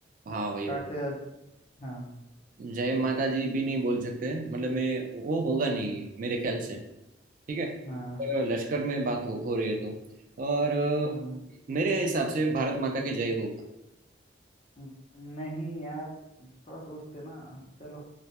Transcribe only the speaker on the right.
हाँ वही
वही
जय माता जी भी नहीं बोल सकते मतलब मैं वो होगा नहीं मेरे ख्याल से ठीक है
अगर लश्कर में बात हो, हो रही है तो और अ,
मेरे हिसाब से भारत माता की जय होगा